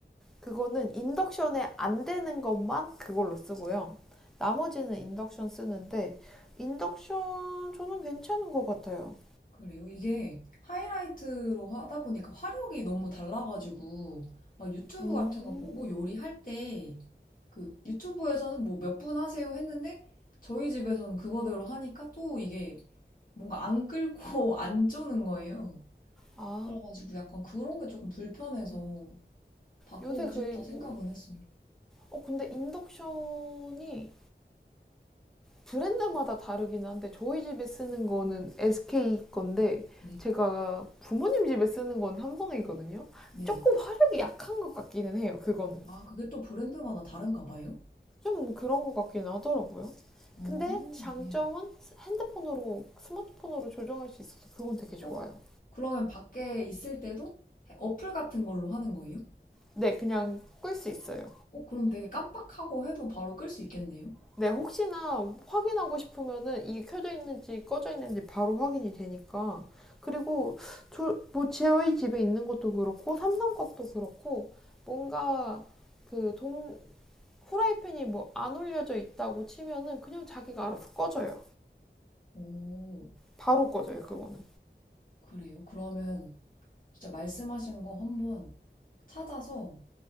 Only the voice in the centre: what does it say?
그거는 인덕션에 안 되는 것만 그걸로 쓰고요. 나머지는 인덕션 쓰는데, 인덕션 저는 괜찮은 것 같아요.
음,
아,
요새 그리고,
어, 근데 인덕션이 브랜드마다 다르긴 한데 저희 집에 쓰는 거는 SK 건데
제가 부모님 집에 쓰는 건 삼성이거든요.
조금 화력이 약한 것 같기는 해요. 그거는
좀 그런 것 같긴 하더라고요.
근데 장점은
핸드폰으로 스마트폰으로 조정할 수 있어서 그건 되게 좋아요.
네, 그냥 끌 수 있어요.
네, 혹시나 확인하고 싶으면은 이게 켜져 있는지 꺼져 있는지 바로 확인이 되니까. 그리고 저, 뭐 저희 집에 있는 것도 그렇고 삼성 것도 그렇고 뭔가 그 동, 후라이팬이 뭐 안 올려져 있다고 치면은 그냥 자기가 알아서 꺼져요.
바로 꺼져요, 그거는.